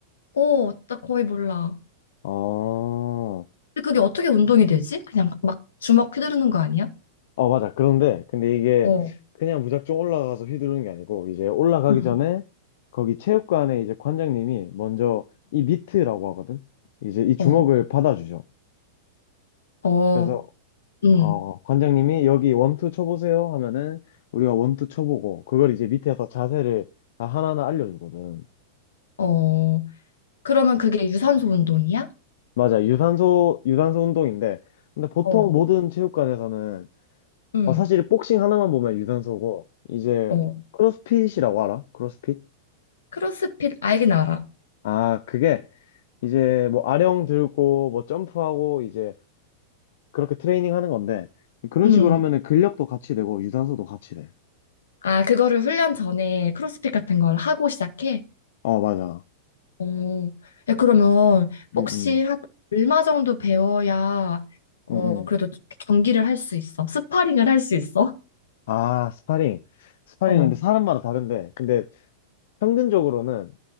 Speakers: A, on the left; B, on the left.
A: 어, 나 거의 몰라.
B: 어.
A: 근데 그게 어떻게 운동이 되지? 그냥 막 주먹 휘두르는 거 아니야?
B: 어, 맞아. 그런데, 근데 이게
A: 어,
B: 그냥 무작정 올라가서 휘두르는 게 아니고, 이제 올라가기
A: 응,
B: 전에 거기 체육관에 이제 관장님이 먼저 이 미트라고 하거든? 이제 이 주먹을
A: 어,
B: 받아주죠.
A: 어,
B: 그래서,
A: 응,
B: 어, 관장님이 여기 원투 쳐보세요 하면은 우리가 원투 쳐보고, 그걸 이제 밑에서 자세를 다 하나하나 알려주거든.
A: 어. 그러면 그게 유산소 운동이야?
B: 맞아. 유산소, 유산소 운동인데, 근데 보통
A: 어,
B: 모든 체육관에서는,
A: 응,
B: 어, 사실 복싱 하나만 보면 유산소고, 이제
A: 어.
B: 크로스핏이라고 알아? 크로스핏?
A: 크로스핏 알긴 알아.
B: 아, 그게 이제 뭐 아령 들고 뭐 점프하고 이제 그렇게 트레이닝 하는 건데 그런
A: 음.
B: 식으로 하면은 근력도 같이 되고 유산소도 같이 돼.
A: 아, 그거를 훈련 전에 크로스핏 같은 걸 하고 시작해?
B: 어, 맞아.
A: 어. 야, 그러면
B: 음,
A: 혹시
B: 음,
A: 한 얼마 정도 배워야 어,
B: 음,
A: 그래도
B: 음.
A: 경기를 할 수 있어? 스파링을 할 수 있어?
B: 아, 스파링. 스파링은
A: 어.
B: 근데 사람마다 다른데 근데 평균적으로는